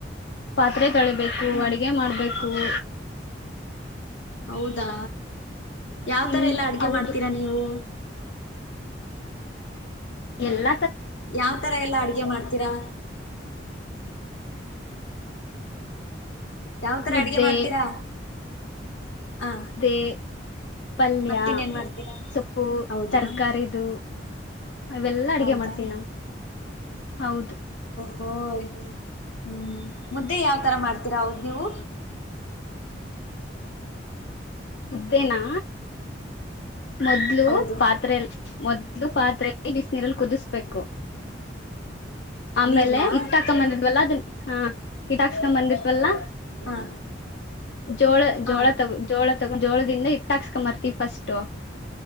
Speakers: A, on the left; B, on the left.
A: ಪಾತ್ರೆ ತಳಿಬೇಕು
B: ಹ್ಮ್
A: ಅಡಗೆ ಮಾಡ್ಬೇಕು <inaudible>
B: ಹೌದಾ ಯಾವ
A: ಹ್ಮ್
B: ತರ ಎಲ್ಲಾ ಅಡ್ಗೆ
A: ಹೌದು
B: ಮಾಡ್ತೀರಾ ನೀವು
A: ಎಲ್ಲ
B: ಯಾವ್ ತರ ಎಲ್ಲಾ ಅಡ್ಗೆ ಮಾಡ್ತೀರಾ ಯಾವತರ
A: ಮುದ್ದೆ
B: ಅಡ್ಗೆ ಮಾಡ್ತೀರಾ ಹ
A: ಮುದ್ದೆ ಪಲ್ಯ
B: ಮತ್ತಿನ್ನೇನ್ ಮಾಡ್ತೀರಾ
A: ಸೊಪ್ಪು
B: ಹೌದಾ
A: ತರಕಾರಿದು ಇವೆಲ್ಲಾ ಅಡಗೆ
B: ಹೌದಾ
A: ಮಾಡ್ತೀವಿ ನಾವು ಹೌದು
B: ಹೋಯ್ ಹ್ಮ್ ಮುದ್ದೆ ಯಾವ್ತರ ಮಾಡ್ತೀರಾ ಹೌದ್ ನೀವು
A: ಮುದ್ದೇನಾ ಮೊದ್ಲು
B: ಹೌದು
A: ಪಾತ್ರೆ ಮೊದ ಇದು ಪಾತ್ರೆೆಯಲ್ಲಿ ಬಿಸಿನೀರಲ್ಲಿ ಕುದಿಸ್ಬೇಕು ಆಮೇಲೆ
B: ನೀರ್ನಾ
A: ಇಟ್ಟಾಕ್ಕ ಮನಿಲ್ವಲ್ಲ ಅದನ್ನ ಹಾ ಕಿಟಾಕ್ಸ್ಕೊಂಡ್ ಬಂದಿತ್ವಲ್ಲಾ
B: ಹ
A: ಜೋಳ
B: ಹ
A: ಜೋಳ ತಗ ಜೋಳ ಇಾಸ್ಕರ್ತ ಫಸ್ಟ್